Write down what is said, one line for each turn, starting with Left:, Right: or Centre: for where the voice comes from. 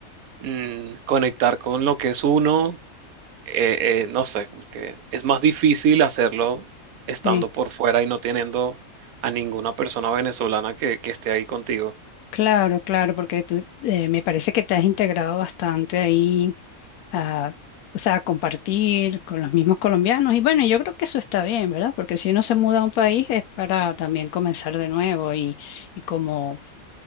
Right: mm, conectar con lo que es uno, eh, eh, no sé, como que es más difícil hacerlo estando
Left: sí,
Right: por fuera y no teniendo a ninguna persona venezolana que, que esté ahí contigo.
Left: claro, claro, porque tú eh, me parece que te has integrado bastante ahí a, o sea, a compartir con los mismos colombianos. Y bueno, yo creo que eso está bien, ¿verdad? Porque si uno se muda a un país es para también comenzar de nuevo y, y como